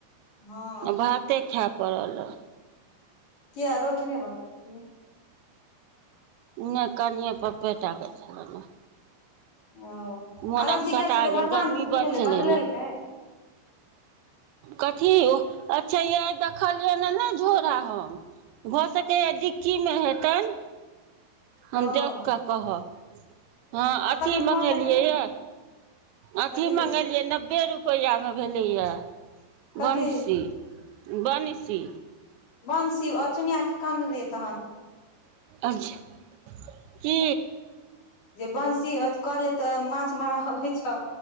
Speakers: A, on the left; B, on the right.
A: हँ
B: आ भाते खायए पड़ल ह
A: किया रोटी नहि बनने चिय‌ए
B: नहि कनिए पप्पे टाक छल ने
A: ओ
B: मोन
A: अलग
B: असकता
A: जी छलै
B: गेल
A: भगवानपुर
B: गर्मी
A: की
B: बड़
A: भेलै
B: छलै
A: बदलेलकै
B: ने कथी ओह आच्छा य देखलियै ने नहि झोरा हम भऽ सकैऐ डिक्कीमे हेतेन हम
A: ओ
B: देख केऽ कहब हँ अथी
A: तखन फोन
B: मंगेली
A: तऽ केने
B: ये
A: रहे
B: अथी
A: कथी
B: मंगेलियै नब्बे रुपया मे भेले या
A: कथी
B: बंसी बनसी
A: बंसी अ चुनीया के कहने रहीये अ तहान
B: अच्छा की
A: जे बंसी हो त कहले तऽ माछ मारऽ हो छौ